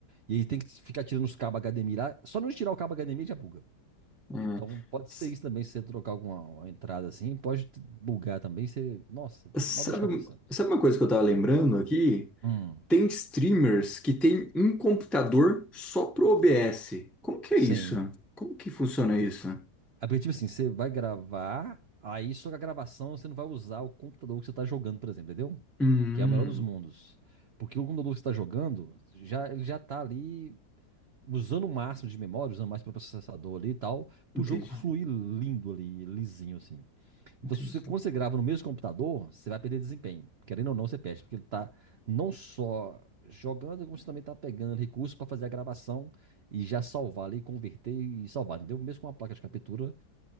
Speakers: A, on the right; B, in the centre.
A: e aí tem que ficar tirando os cabos HDMI lá. Só não tirar o cabo HDMI já buga.
B: é.
A: Então pode
B: S-
A: ser isso também, se você trocar alguma uma entrada assim, pode t- bugar também. Você, nossa,
B: Sabe,
A: uma dor de cabeça.
B: sabe uma coisa que eu tava lembrando aqui?
A: Hum,
B: Tem streamers que tem um computador só pro OBS. Como que
A: sim.
B: é isso? Como que funciona isso?
A: É porque, tipo assim, você vai gravar, aí só que a gravação você não vai usar o computador que você está jogando, por exemplo, entendeu?
B: Hum,
A: Que é o melhor dos mundos. Porque o computador que você está jogando, já, ele já tá ali usando o máximo de memória, usando mais para o processador ali e tal, para
B: entendi,
A: o jogo fluir lindo ali, lisinho assim.
B: entendi,
A: Então, se você, quando você grava no mesmo computador, você vai perder desempenho. Querendo ou não, você perde, porque ele tá não só jogando, como você também tá pegando recursos para fazer a gravação e já salvar ali, converter e salvar, entendeu? Mesmo com uma placa de captura,